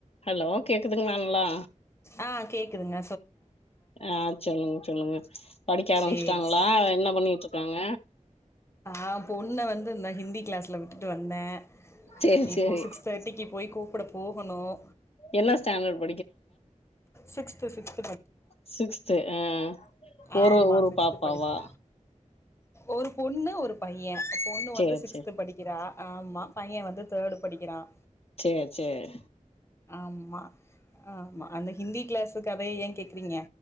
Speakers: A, on the left; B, on the left.
A: ஹலோ கேக்குதுங்களா நல்லா
B: ஆ கேக்குதுங்க
A: ஆ சொல்லுங்க சொல்லுங்க படிக்க ஆரம்பிச்சுட்டாங்களா
B: சேரி சேரி
A: என்ன பண்ணிட்டுயிரு ப்பாங்க
B: ஆ பொண்ண வந்து இந்த ஹிந்தி கிளாஸ் ல வுட்டுட்டு வந்தேன்
A: சேரி
B: இப்போ
A: சேரி
B: சிக்ஸ் தேர்ட்டிக்கு போய் கூப்புட போகணும்
A: என்ன standard
B: six to six
A: sixth ஆ ஒரு
B: ஆமா
A: ஒரு
B: சிக்ஸ்த்து
A: பாப்பாவா
B: படிக்கிறா ஒரு பொண்ணு ஒரு பையன் பொண்ணு
A: சேரி
B: வந்து சிக்ஸ்த்
A: சேரி
B: படிக்கிறா ஆமா பையன் வந்து தேர்டு படிக்கிறான்
A: சேர் சேர்
B: ஆமா ஆ ஆமா அந்த ஹிந்தி கிளாஸ் கதைய ஏன் கேக்குறீங்க